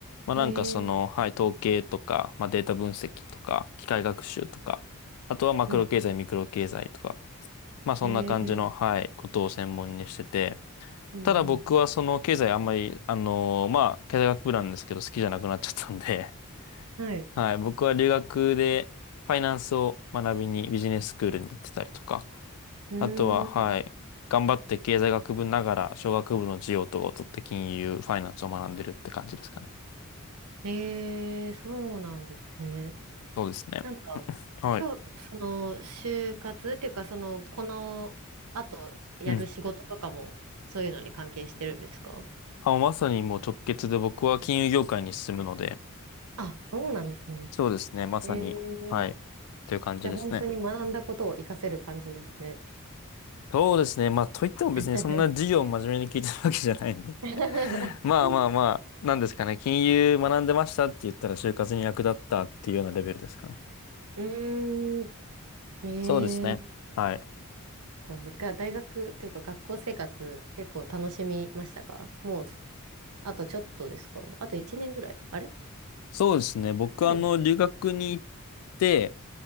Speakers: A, on the left; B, on the right.
A: まあなんかその、
B: えー、
A: はい、統計とか、まあデータ分析とか、機械学習とか、あとはマクロ経済、
B: うん、
A: ミクロ経済とか、まあそんな感じの、
B: えー、
A: はい、ことを専門にしてて、
B: うん、
A: ただ僕はその経済あんまり、
B: う
A: あのーまあ経済学部なんですけど好きじゃなくなっちゃったんで、
B: ん、はい。
A: <laughs> はい、僕は留学でファイナンスを学びにビジネススクールに行ってたりとか、
B: うー
A: あとは、はい、頑張って経済学部ながら商学部の授業とかを取って金融、ファイナンスを学んでるって感じですかね。
B: ん、えー、そうなんですね。
A: そうですね。
B: なんか、
A: はい。
B: しょ、その、就活っていうか、その、この後やる仕事とかも、
A: うん。
B: そういうのに関係してるんですか
A: あ、まさにもう直結で僕は金融業界に進むので、
B: あ、そうなんですね。
A: そうですね、まさに、
B: えー、
A: はい、という感じですね。
B: じゃあ本当に学んだことを活かせる感じですね。
A: そうですね。まあ、といっても別にそんな授業を真面目に聞いてるわけじゃないんで。
B: <laughs> <laughs>
A: <laughs> まあまあまあ、
B: う
A: なんですかね。金融学んでましたって言ったら就活に役立ったっていうようなレベルですかね。
B: ーん。
A: そうですね。
B: ええ
A: はい。
B: ー。が、大学というか学校生活結構楽しみましたかもう、あとちょっとですかあと1年ぐらいあれ
A: そうですね。僕、
B: ?1
A: あの、
B: 年。
A: 留学に行って、